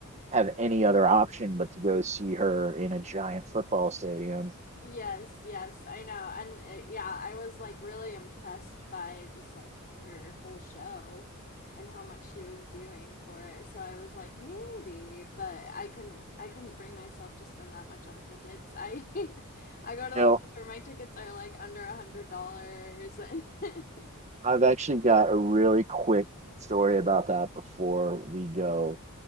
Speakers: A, on the right; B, on the left.
A: have any other option but to go see her in a giant football stadium.
B: Yes, yes, I know. And uh yeah, I was like really impressed by just like her whole show and how much she was doing for it. So I was like maybe, but I couldn't I couldn't bring myself to spend that much on tickets. I <laughs> I go
A: You
B: to the
A: know,
B: ones where my tickets are like under a hundred dollars <laughs>
A: I've actually got a really quick story about that before we go.